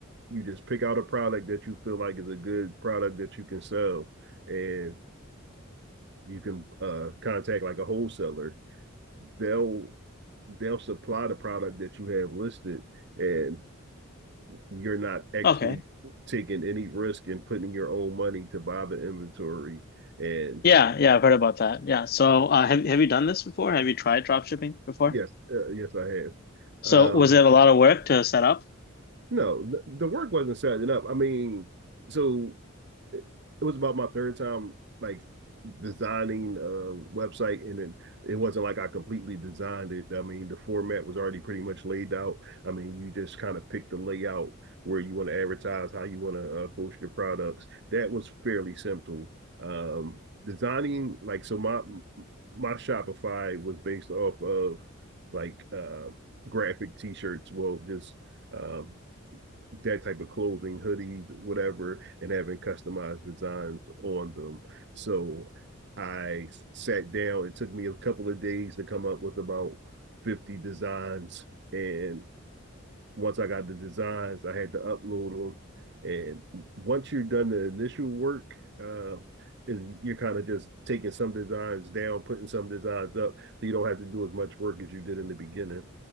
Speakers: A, on the right; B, on the left.
A: you just pick out a product that you feel like is a good product that you can sell, and you can uh, contact like a wholesaler. They'll they'll supply the product that you have listed, and you're not actually
B: Okay.
A: taking any risk and putting your own money to buy the inventory. And
B: Yeah, yeah, I've heard about that. Yeah. So uh have have you done this before? Have you tried drop shipping before?
A: yes, uh, yes, I have.
B: So
A: Um,
B: was it a lot of work to set up?
A: No, the, the work wasn't setting up. I mean, so it, it was about my third time like designing a website, and then it wasn't like I completely designed it. I mean, the format was already pretty much laid out. I mean, you just kind of pick the layout where you want to advertise, how you want to uh, post your products. That was fairly simple. Um, designing like so my my Shopify was based off of like uh graphic t-shirts, well just um that type of clothing, hoodies, whatever, and having customized designs on them. So I sat down. It took me a couple of days to come up with about 50 designs. And once I got the designs, I had to upload them. And once you're done the initial work, uh, is you're kind of just taking some designs down, putting some designs up, so you don't have to do as much work as you did in the beginning.